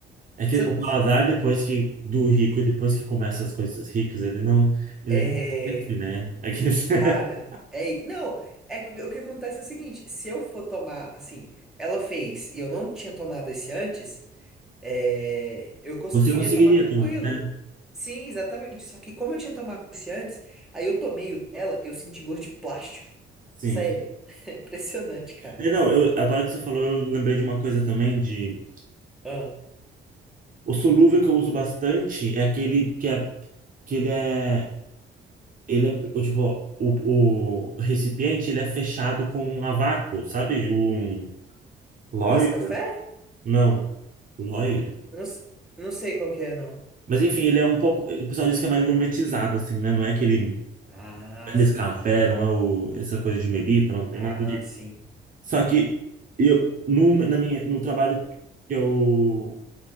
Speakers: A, on the right; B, in the centre.
A: É que
B: Se
A: o
B: eu-
A: paladar, depois que do rico, depois que começa as coisas ricas, ele não, ele
B: É,
A: não conhece, né? É que- <laughs>
B: cara, é, i- não, é que o que o que acontece é o seguinte, se eu for tomar assim, ela fez e eu não tinha tomado esse antes é, eu conseguiria
A: você conseguiria
B: tomar tranquilo.
A: tomar, né?
B: Sim, exatamente. Só que como eu tinha tomado esse antes, aí eu tomei o dela, eu senti gosto de plástico.
A: Sim.
B: Sério. <laughs> É impressionante, cara.
A: É, não, eu, agora que você falou, eu lembrei de uma coisa também de
B: Ah,
A: o solúvel que eu uso bastante é aquele que é que ele é ele é o tipo o, o recipiente ele é fechado com a vácuo, sabe? O Lawyer?
B: nesse café?
A: Não, Lawyer.
B: Não, s- não sei qual que é, não.
A: Mas enfim, ele é um pouco, o pessoal diz que é mais gourmetizado assim, né? Não é aquele
B: Ah,
A: esse
B: sim.
A: café, não é o, essa coisa de medita não tem
B: Ah,
A: nada de.
B: sim.
A: Só que eu no, na minha, no trabalho que eu